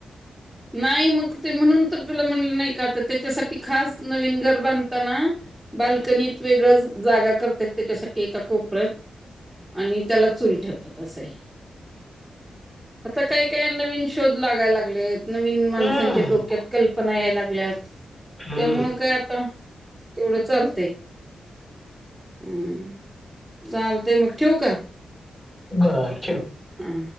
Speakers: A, in the centre; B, on the left (about 15°).
A: नाही मग ते म्हणून तर तुला म्हणलं नाही काता त्याच्यासाठी खास नवीन घर बांधताना. बाल्कनीत वेगळच जागा करतात त्याच्यासाठी एका कोपऱ्यात. आणि त्याला चूल ठेवतात असं आहे आता काही काय नवीन शोध लागायला लागलेत. नवीन माणसांच्या
B: हम्म
A: डोक्यात कल्पना याय लागल्यात
B: हम्म
A: त्यामुळ काय आता तेवढं चाल हम् चालतयं मग ठेवू का
B: बर ठेव.
A: हं